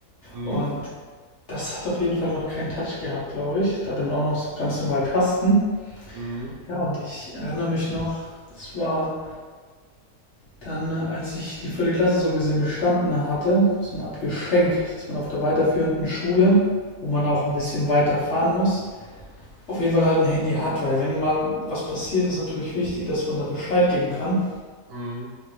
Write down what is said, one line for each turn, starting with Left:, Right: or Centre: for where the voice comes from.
Right: mhm,
Left: Und Das hat auf jeden Fall noch keinen Touch gehabt, glaube ich. Da hatte man auch noch so ganz normal Tasten.
Right: mhm,
Left: Ja, und ich erinnere mich noch, das war dann, als ich die vierte Klasse so gesehen bestanden hatte, so eine Art Geschenk, dass man auf der weiterführenden Schule, wo man auch ein bisschen weiter fahren muss, auf jeden Fall halt ein Handy hat, weil wenn mal was passiert, ist natürlich wichtig, dass man da Bescheid geben kann.
Right: mhm.